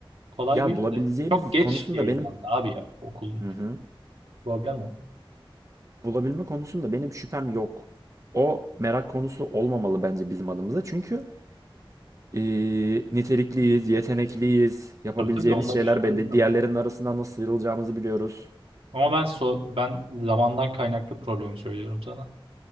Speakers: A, on the right (about 85°); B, on the right (about 35°).
A: Kolay
B: Ya
A: bir iş
B: bulabileceğimiz
A: de. Çok geç
B: konusunda
A: yayınlandı
B: benim
A: abi ya okulun
B: hı hı.
A: şey. Problem o.
B: Bulabilme konusunda benim şüphem yok. O merak konusu olmamalı bence bizim adımıza. Çünkü eee, nitelikliyiz, yetenekliyiz, yapabileceğimiz
A: Tabii tabii onda
B: şeyler
A: bir sorun
B: belli.
A: yok.
B: Diğerlerinin arasından nasıl sıyrılacağımızı biliyoruz.
A: Ama ben so ben zamandan kaynaklı problemi söylüyorum sana.